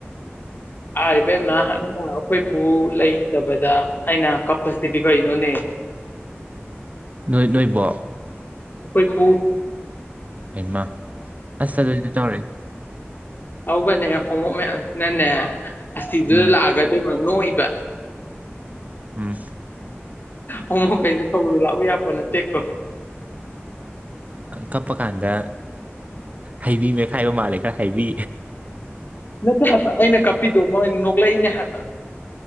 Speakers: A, on the left; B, on the right.
A: ꯑꯥ ꯏꯕꯦꯝꯃ ꯑꯩꯅ ꯑꯩꯈꯣꯏꯄꯨ ꯂꯩꯈꯤꯗꯕꯗ ꯑꯩꯅ ꯀꯞꯄꯁꯤꯗꯤ ꯀꯩꯅꯣꯅꯦ
B: ꯅꯣꯏ ꯅꯣꯏꯕꯣꯛ
A: ꯑꯩꯈꯣꯏ ꯄꯨꯨ
B: ꯑꯩꯃ ꯑꯁ ꯑꯗꯨꯏꯗꯤ ꯇꯧꯔꯦ
A: ꯍꯧꯒꯅꯦ ꯍꯣꯡꯃꯣꯛ ꯃꯌꯥꯝꯁꯤꯅꯅꯦ ꯑꯁꯤꯗꯨꯗ
B: ꯎꯝ
A: ꯂꯥꯛꯑꯒꯗꯤ ꯅꯣꯏꯕ
B: ꯎꯝ
A: ꯑꯃꯛ ꯀꯥꯏꯗ ꯀꯔ ꯂꯑꯣ ꯌꯥꯝꯅ ꯇꯦꯈꯣ
B: ꯀꯞꯄ ꯀꯥꯟꯗ ꯍꯩꯕꯤ ꯃꯩꯈꯥꯏꯕ ꯃꯥꯜꯂꯦ ꯈꯔ ꯍꯩꯕꯤ
A: ꯅꯠꯇꯦ ꯍꯥꯏꯕ ꯑꯩꯅ ꯀꯞꯄꯤꯗꯣ ꯃꯣꯏ ꯅꯣꯛꯂꯛꯏꯅꯦ ꯍꯥꯏꯕ